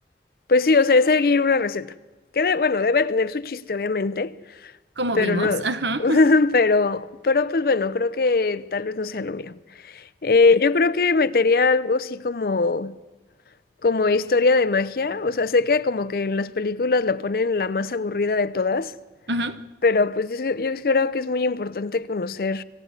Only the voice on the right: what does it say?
Como
vimos.
Ajá.
ujú.